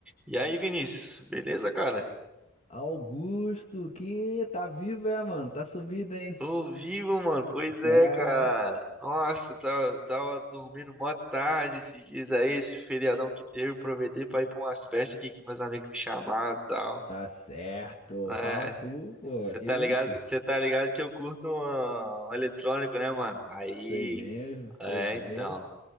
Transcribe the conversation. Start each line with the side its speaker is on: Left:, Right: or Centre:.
Centre: E aí, Vinícius, beleza, cara?
Left: Augusto, que tá vivo, é, mano? Tá sumido, hein?
Centre: Tô vivo, mano. Pois
Left: <laughs>
Centre: é,
Left: Ah,
Centre: cara. Nossa, tava, tava dormindo mó tarde esses dias aí, esse feriadão que teve. Aproveitei pra ir pra umas festas aqui que meus amigos me chamaram e tal.
Left: tá certo.
Centre: É,
Left: Fala tu, pô.
Centre: você
Left: Que
Centre: tá
Left: isso?
Centre: ligado, você tá ligado que eu curto um, um eletrônico, né, mano? Aí,
Left: Sei mesmo, sei
Centre: é,
Left: mesmo.
Centre: então.